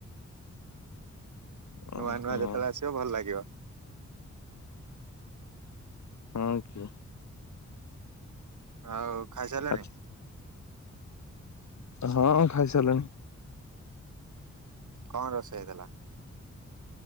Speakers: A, on the left; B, on the right.
A: ଓହୋ
B: ନୂଆ ନୂଆ ଯେତେବେଳେ ଆସିବ ଭଲ ଲାଗିବ।
A: ହଁ।
B: ଆଉ ଖାଇସାରିଲାଣି।
A: ଆଚ୍ଛା ହଁ ଖାଇ ସାରିଲାଣି।
B: କଣ ରୋଷେଇ ହେଇଥିଲା?